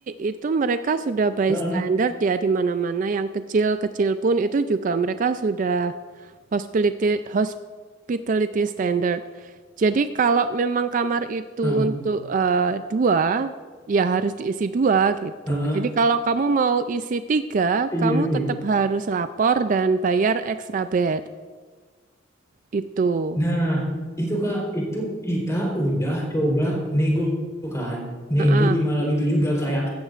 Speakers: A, on the right; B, on the left.
A: itu mereka sudah by
B: Heeh,
A: standard ya di mana-mana yang kecil-kecil pun itu juga mereka sudah hospitality hospitality standard. Jadi kalau memang kamar itu
B: heeh,
A: untuk eh, dua ya harus diisi dua gitu.
B: heeh.
A: Jadi kalau kamu mau isi tiga,
B: Iya
A: kamu
B: sih.
A: tetap harus lapor dan bayar extra bed itu.
B: Nah, itu Kak, itu kita udah coba nego kan. Nego
A: Heeh.
B: di malam itu juga kayak,